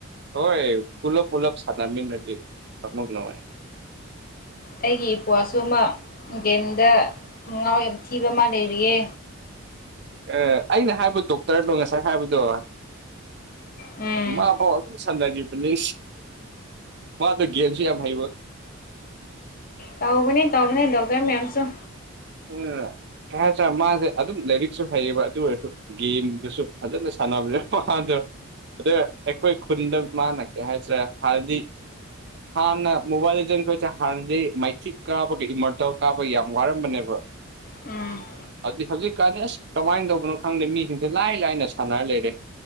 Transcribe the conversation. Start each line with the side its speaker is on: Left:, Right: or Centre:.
Right: ꯍꯣꯏ ꯄꯨꯂꯞ ꯎꯂꯞ ꯁꯥꯟꯅꯃꯤ ꯅꯠꯇ ꯊꯃꯛ ꯅꯅꯥꯉꯥꯏ
Left: ꯑꯩꯒꯤ ꯏꯄ꯭ꯋꯥꯁꯨ ꯑꯃ ꯒꯦꯝꯗ ꯃꯉꯥꯎ ꯌꯥꯝ ꯊꯤꯕ ꯑꯃ ꯂꯩꯔꯤꯌꯦ
Right: ꯑꯦ ꯑꯩꯅ ꯍꯥꯏꯕ ꯗꯣꯛꯇꯔꯗꯣ ꯉꯁꯥꯏ ꯍꯥꯏꯕꯗꯣ
Left: ꯎꯝ
Right: ꯃꯥꯕꯣ ꯁꯨꯝ ꯁꯥꯟꯅꯔꯤꯕꯅꯦ ꯃꯥꯗꯣ ꯒꯦꯝꯁꯨ ꯌꯥꯝ ꯍꯩꯕ
Left: ꯇꯥꯎꯕꯅꯤ ꯇꯥꯎꯕꯅꯤ ꯗꯣꯛꯇꯔ ꯃꯌꯥꯝꯁꯨ
Right: ꯎꯝ ꯀꯩ ꯍꯥꯏꯇꯥꯔꯦ ꯃꯥꯁꯦ ꯑꯗꯨꯝ ꯂꯥꯏꯔꯤꯛꯁꯨ ꯍꯩꯌꯦꯕ ꯑꯗꯨ ꯑꯣꯏꯔꯁꯨ ꯒꯦꯝꯗꯨꯁꯨ ꯐꯖꯅ ꯁꯥꯟꯅꯕꯅꯦꯗ ꯑꯗ ꯑꯩꯈꯣꯏ ꯈꯨꯟꯗ ꯃꯥꯅ ꯀꯩ ꯍꯥꯏꯁꯤꯔ ꯍꯥꯟꯅꯗꯤ꯫ ꯍꯥꯟꯅ ꯃꯣꯕꯥꯏꯜ ꯂꯤꯖꯦꯟꯈꯣꯏꯁꯦ ꯍꯥꯟꯅꯗꯤ ꯃꯥꯏꯊꯤꯛ ꯀꯥꯕꯒꯤ ꯏꯃꯣꯔꯇꯦꯜ ꯀꯥꯕꯒ ꯌꯥꯝ ꯋꯥꯔꯝꯕꯅꯦꯕ ꯋꯥ
Left: ꯎꯝ꯫
Right: ꯑꯗꯨꯗꯤ ꯍꯧꯖꯤꯛꯀꯥꯟ ꯑꯁ ꯀꯃꯥꯏꯅ ꯇꯧꯕꯅꯣ ꯈꯪꯗꯦ ꯃꯤꯁꯤꯡꯁꯦ ꯂꯥꯏ ꯂꯥꯏꯅ ꯁꯥꯟꯅꯔ ꯂꯩꯔꯦ